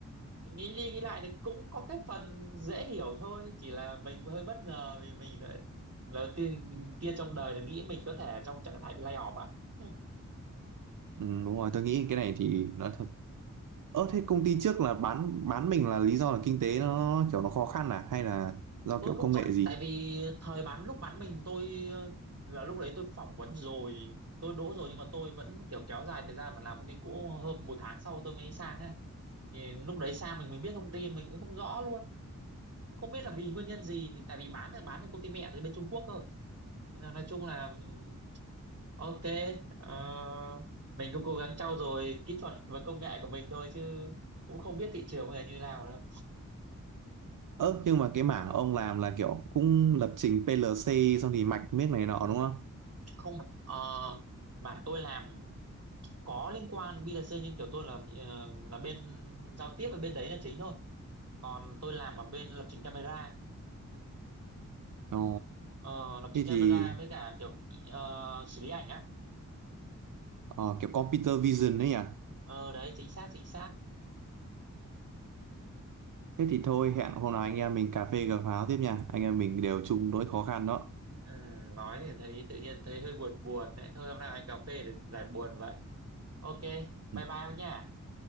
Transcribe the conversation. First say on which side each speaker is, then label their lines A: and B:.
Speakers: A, on the right; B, on the right.
A: nghĩ đi nghĩ lại thì cũng có cái phần dễ hiểu thôi chỉ là mình hơi bất ngờ vì mình đấy đầu tiên kia trong đời là nghĩ mình có thể trong trạng thái bị lay off à Ừ.
B: Ừ, đúng rồi tôi nghĩ cái này thì nói thật ơ thế công ty trước là bán bán mình là lý do là kinh tế nó kiểu nó khó khăn à hay là do
A: tôi
B: kiểu
A: không
B: công
A: chắc
B: nghệ gì
A: tại vì thời bán lúc bán mình tôi ờ, là lúc đấy tôi phỏng vấn rồi tôi đỗ rồi nhưng mà tôi vẫn kiểu kéo dài thời gian mà làm công ty cũ hơn một tháng sau tôi mới sang á thì lúc đấy sang mình mình biết thông tin mình cũng không rõ luôn Cũng không biết là vì nguyên nhân gì thì tại vì bán là bán được công ty mẹ từ bên Trung Quốc cơ Nên là nói chung là ừm, ok ờ, mình cũng cố gắng trau dồi kỹ thuật và công nghệ của mình thôi chứ cũng không biết thị trường bây giờ như nào đâu
B: ơ nhưng mà cái mảng ông làm là kiểu cũng lập trình PLC xong thì mạch miếc này nọ đúng không
A: không ờ, mà tôi làm có liên quan B2C nhưng kiểu tôi là ờ, là bên giao tiếp và bên đấy là chính thôi còn tôi làm ở bên lập trình camera
B: ồ
A: Ờ, lập trình
B: thế
A: camera
B: thì
A: với cả kiểu ờ, xử lý ảnh á
B: ờ, kiểu computer vision đấy nhỉ
A: ờ đấy chính xác chính xác
B: thế thì thôi hẹn hôm nào anh em mình cà phê cà pháo tiếp nha anh em mình đều chung nỗi khó khăn đó
A: Ừ, nói thì thấy tự nhiên thấy hơi buồn buồn đấy. Thôi hôm nào anh cà phê để giải buồn vậy. Ok, bye
B: Ừ,
A: bye ông nha.